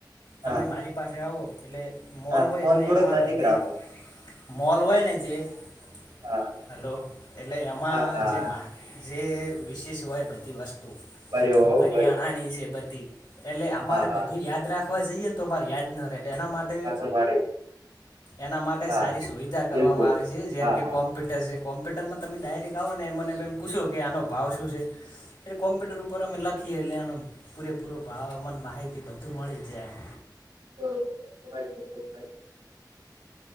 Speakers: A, on the left; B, on the right.
A: તમે
B: હા
A: મારી પાસે આવો એટલે મોલ
B: હા
A: હોય
B: ફોન
A: એટલે
B: થોડોક
A: એમાં
B: નજીક
A: બધી
B: રાખો
A: મોલ હોય ને જે <unintelligible>
B: હા
A: હલો એટલે એમાં
B: હા હા
A: જે મા જે વિશેષ હોય બધી વસ્તુ
B: બરોબર
A: કરિયાણાની છે બધી એટલે અમારે
B: હા હા
A: બધું યાદ રાખવા જઈએ ને તો અમારે યાદ ના રહે એના માટે
B: હા સંભાળાય
A: એના માટે
B: હા
A: સારી સુવિધા
B: બિલકુલ
A: કરવામાં આવી છે જેમ
B: હા
A: કે
B: હા
A: કોમ્ કોમ્પ્યુટર છે કોમ્પ્યુટરમાં તમે ડાયરેક્ટ આવો ને મને પૂછો કે આનો ભાવ શું છે? એ કોમપ્યુટર ઉપર અમે લખીએ લ્યાન પૂરેપૂરો હવામાન માહિતી બધું મળી જ જાય એમ.
B: બરોબર બ